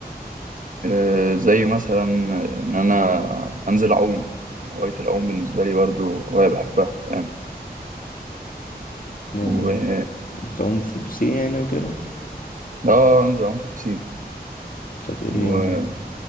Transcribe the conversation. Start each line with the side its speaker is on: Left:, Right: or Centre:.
Right: آه، زي مثلا ان انا انزل اعوم هوايه العوم بالنسبه لي برضو هوايه بحبها فاهم
Left: يعني
Right: و
Left: بتعوم في بسين يعني وكده
Right: اه انزل اعوم في البسين
Left: طب ايه
Right: و
Left: يعني